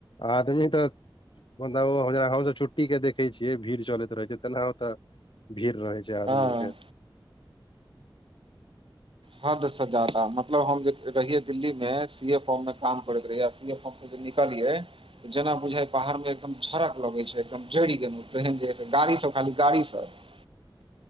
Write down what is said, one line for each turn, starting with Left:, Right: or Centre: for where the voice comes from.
Left: आदमी तनी तऽ मतलब ओ हम सभ छुट्टी के देखे छियै भीड़ चलैत रहे छै तेना होताे भीड़ रहे छै आधुनिक
Right: हँ
Left: <unintelligible>
Right: हदसँ जादा मतलब हम जे रहियै दिल्ली मे सी ए फॉर्म मे काम करैके रहियै ए फॉर्म से ज निकालियै तऽ जेना बुझाइ पहाड़मे एकदम झरक लगैत छै एकदम जरि गेलहुँ तहन जे है से गाड़ीसभ खाली गाड़ीसभ